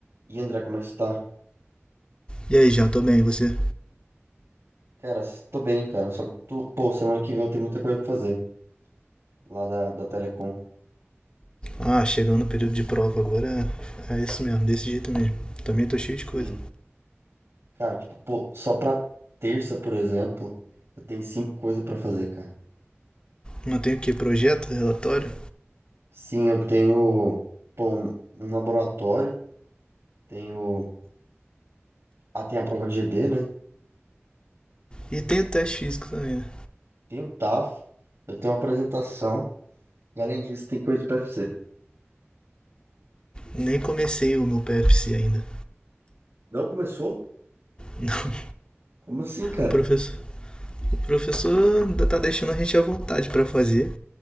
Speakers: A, on the right (about 75°); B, on the left (about 20°).
A: E André, como é que você tá?
B: E aí, Jean, tô bem, e você?
A: Cara, s- tô bem, cara. Só que tô, pô, semana que vem eu tenho muita coisa pra fazer lá da, da Telecom.
B: Ah, chegando no período de prova agora, é é isso mesmo, desse jeito mesmo. Também tô cheio de coisa.
A: Sim. Cara, tipo, pô, só pra terça, por exemplo, eu tenho cinco coisas pra fazer, cara.
B: Não tenho o que? Projeto, relatório?
A: Sim, eu tenho, pô, um, um laboratório, tenho, ah, tem a prova de GD, né?
B: E tenho teste físico também, né?
A: Tenho o TAF, eu tenho uma apresentação e além disso tem coisa de PFC.
B: Nem comecei o meu PFC ainda.
A: Não começou?
B: <laughs> Não,
A: Como assim, cara?
B: o professor, o professor ainda tá deixando a gente à vontade pra fazer.